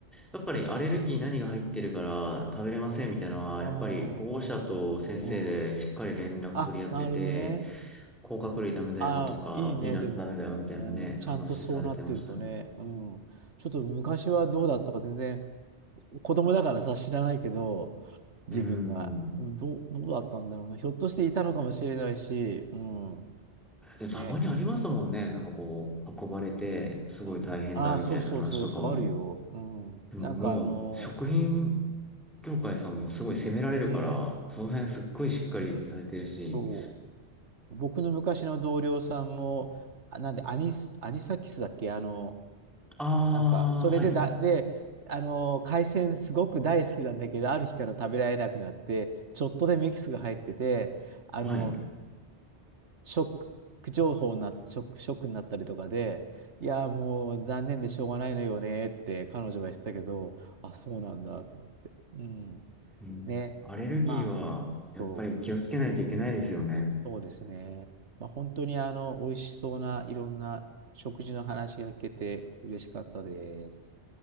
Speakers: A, in the centre; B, on the right.
A: やっぱりアレルギー何が入ってるから食べれませんみたいなのは、
B: あ
A: やっぱり保護者と先生でしっかり連絡取り合ってて、
B: あ。うん。あ、なるほどね。
A: 甲殻類ダメだよとか、
B: ああ、いいね、
A: ピーナッツダメだよみたいなね、
B: でも、うん、ちゃんとそうなってるとね、
A: 話されてましたね。
B: うん、ちょっと昔はどうだったか全然、子供だからさ、知らないけど、自分は、
A: うーん。
B: うん、どう、どうだったんだろうな、ひょっとしていたのかもしれないし、うん、
A: でもたまにありますもんね。
B: ね、
A: なんかこう、運ばれて、すごい大変だみたいな話とかも。
B: うん、ああ、そうそうそう、そう、あるよ、うん、
A: でももう、
B: なんかあの、
A: 食品業界さんもすごい責められるから、
B: ね、
A: その辺すっごいしっかりされてるし。
B: そう、僕の昔の同僚さんも、あなんで、アニス、アニサキスだっけ、あの、
A: ああ、
B: なんか、それでだ、
A: はい、
B: で、あのー海鮮すごく大好きなんだけど、ある日から食べられなくなって、ちょっとでミキスが入ってて、あのー
A: はい。
B: ショック情報になっ、ショック、ショックになったりとかで、いやー、もう残念でしょうがないのよねって彼女は言ってたけど、あ、そうなんだと思って。うん。
A: うん、
B: ね。
A: アレルギーは、
B: まあ、そう、
A: やっぱり気をつけないといけないですよね。
B: そうですね。まあ、本当にあの、美味しそうないろんな食事の話が聞けて嬉しかったです。